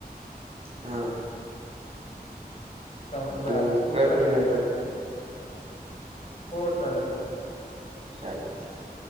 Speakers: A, on the right; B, on the left.
A: हा
B: समजलं
A: मग
B: ऍप खूप
A: कर
B: सारे
A: तुम्ही
B: आहेेत
A: नंतर.
B: त्याच्यात बी हो चालेल चालेल
A: चालेल